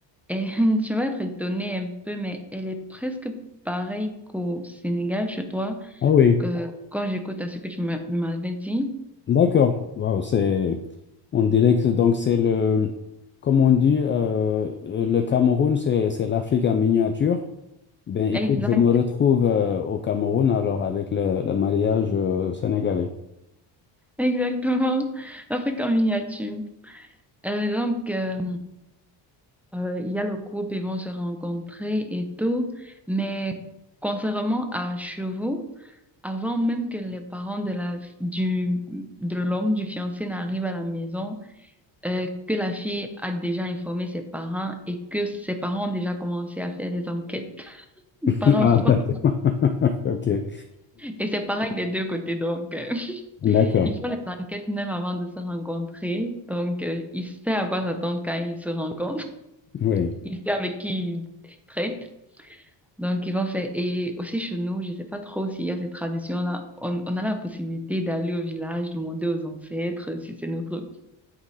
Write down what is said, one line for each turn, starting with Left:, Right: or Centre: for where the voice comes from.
Centre: et <laughs> tu vas être étonnée un peu, mais elle est presque pareille qu'au Sénégal, chez toi,
Left: Ah oui,
Centre: que quand j'écoute à ce que tu m'a- m'avais dit.
Left: d'accord. Wow, c'est. On dirait que donc c'est le. Comme on dit, euh, le Cameroun, c'est c'est l'Afrique en miniature. Ben écoute,
Centre: Exact,
Left: je me retrouve euh, au Cameroun alors avec le, le mariage euh, sénégalais.
Centre: exactement. <laughs> Afrique en miniature. Euh, donc, euh, euh, il y a le couple, ils vont se rencontrer et tout, mais contrairement à chez vous, Avant même que les parents de la, du, de l'homme, du fiancé n'arrivent à la maison, euh, que la fille a déjà informé ses parents et que ses parents ont déjà commencé à faire des enquêtes <laughs>
Left: <laughs>
Centre: par rapport.
Left: Ah, d'accord. <laughs> Ok.
Centre: Et c'est pareil des deux côtés, donc euh,
Left: D'accord.
Centre: <laughs> ils font les enquêtes même avant de se rencontrer. Donc euh, il sait à quoi s'attendre quand ils se rencontrent, <laughs>
Left: Oui.
Centre: il sait avec qui il traite. Donc ils vont faire. Et aussi chez nous, je sais pas trop s'il y a cette tradition-là. On, on a la possibilité d'aller au village, demander aux ancêtres si c'est notre